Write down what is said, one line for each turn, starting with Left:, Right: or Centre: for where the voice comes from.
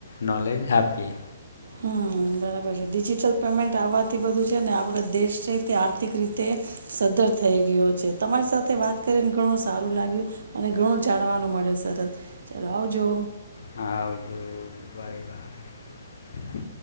Left: નોલેજ આપીએ.
Right: હમ્મ, બરાબર છે. ડિજિટલ પેમેન્ટ આવવાથી બધું છે ને આપણું દેશ છે તે આર્થિક રીતે સદ્ધર થઈ ગયો છે. તમારી સાથે વાત કરીને ઘણું સારું લાગ્યું અને ઘણું જાણવાનું મળ્યું. સરલ ચલો આવજો.
Left: હા આવજો, બાય બાય.